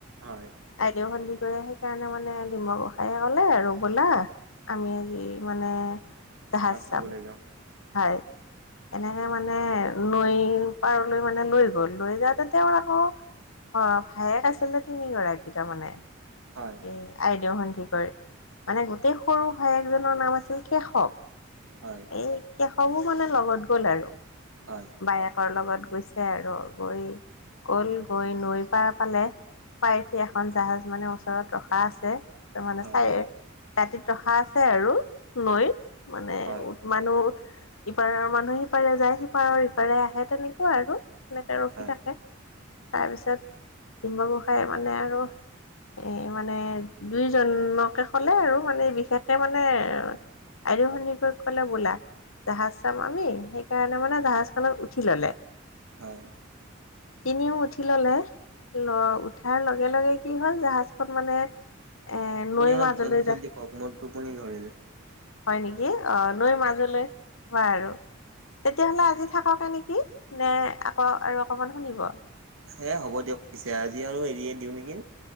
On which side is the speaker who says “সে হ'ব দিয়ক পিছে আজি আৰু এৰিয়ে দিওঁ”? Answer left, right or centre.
Right